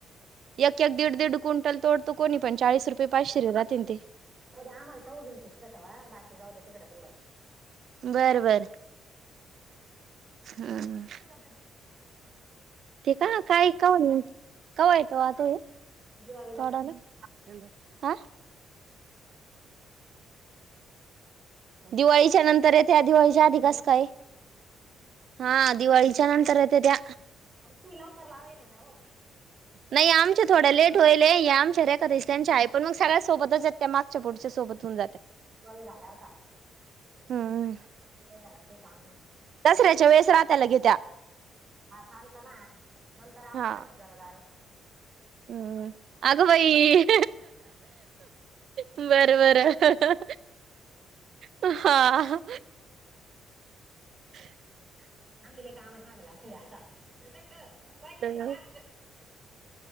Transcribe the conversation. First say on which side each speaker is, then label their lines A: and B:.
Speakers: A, on the right; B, on the right.
A: एक एक दीड दीड क्विंटल तोडतो, कोणी पण चाळीस रुपये पाचशे राहतील ते.
B: आम्हा चौ गेल फिक्स ठेवा, बाकी जाऊ द्या तिकडेच उडत.
A: बरं बरं हम्म.
B: े <unintelligible> <inaudible>
A: ते का काही का मंग कव्हा येतो आतो हे
B: दिवाळीला
A: कडाला. कां दिवाळीच्या नंतर येते, दिवाळीच्या आधी कसं कायं. हा दिवाळीच्या नंतर येत त्या.
B: तु लवकर लाविली ना ओ.
A: नाही आमच्या थोड्या लेट तु यले यामच्याऱ्या <unintelligible> आहे पण मग सगळ्या सोबतच जात्या मागच्या पुढच्या सोबतून जात्या.
B: गावं जाणार का?
A: हम्म.
B: दिवाळी झाल्यावर काही काम नाही म्हणून
A: दसऱ्याच्या वेळेस राताला घेेत्या.
B: हां चालत ना, नंतर आवरू
A: हा.
B: आम्ही घरदार.
A: हम्म अगं बाई. बरं बरं हा हा. ह
B: मांगलेले काम असणार ह्याला. हे दाब दाब मैतीला.
A: बरं.